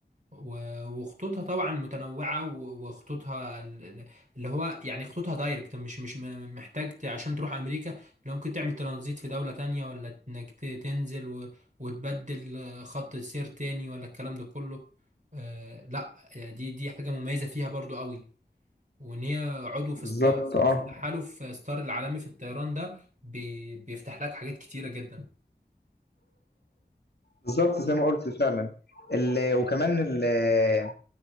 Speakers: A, on the right; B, on the left.
A: و- وخطوطها طبعا متنوعة و- وخطوطها ال- ال- اللي هو يعني خطوطها دايركت مش مش م- محتاج ت- عشان تروح أمريكا لو ممكن تعمل ترانزيت في دولة تانية ولا إنك ت- تنزل و- وتبدل خط السير تاني ولا الكلام ده كله آه لا دي دي حاجة مميزة فيها برضو قوي وإن هي عضو في
B: بالظبط
A: ستار في
B: اه
A: تحالف ستار العالمي في الطيران ده بي بيفتح لك حاجات كتيرة جدا
B: بالظبط زي ما قلت فعلا ال... وكمان ال-